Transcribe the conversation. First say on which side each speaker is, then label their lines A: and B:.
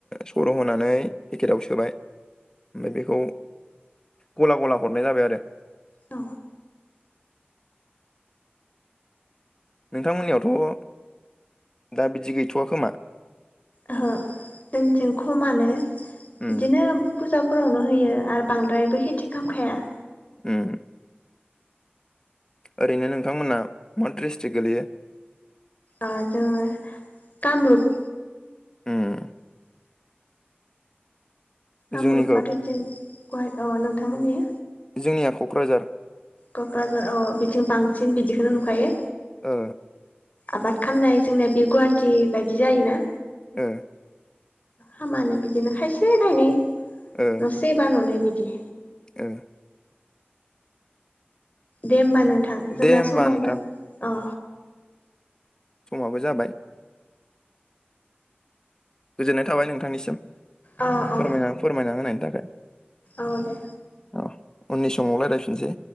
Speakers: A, on the left; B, on the left.
A: सर' होनानै पेकेटाव सोबाय ओमफ्राय बेखौ गला गला हरनाय जाबाय आरो
B: औ
A: नोंथांमोननियावथ' दा बिदि गैथ'वखोमा
B: ओहो जोंथिं खमानो
A: उम
B: बिदिनो फुजा फोरावनो होयो आरो बांद्रायबो खेथि खामखाया
A: उम ओरैनो नोंथांमोनहा मा डिस्ट्रिक्ट गोलैयो
B: आ जोङो कामरुप
A: उम
B: कामरुप
A: जोंनिखौ
B: बाथाय जों गुवाह अ नोंथांमोननि
A: जोंनिया क'क्राझार
B: क'क्राझार अ बिथिं बांसिन बिदिखौनो नुखायो
A: ओ
B: आबाद खामनाय जोंना बे गुवाहाटि बायदि जायोना
A: ओ
B: हामानो बिदिनो खायसे खायनै न'से
A: ओ
B: बा न'नै बिदि
A: ओ
B: दे होमबा नोंथां जोंना
A: दे होमबा
B: समावबो
A: नोंथां
B: अ
A: समाबो जाबाय गोजोननाय थाबाय नोंथांनिसिम
B: अ अ
A: फोरमायना फोरमायना होनायनि थाखाय
B: औ दे
A: अ उननि समाव रायायफिनसै।